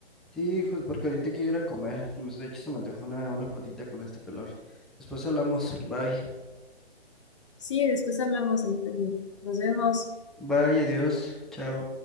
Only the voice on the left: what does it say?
Sí, después hablamos a mí también. Nos vemos.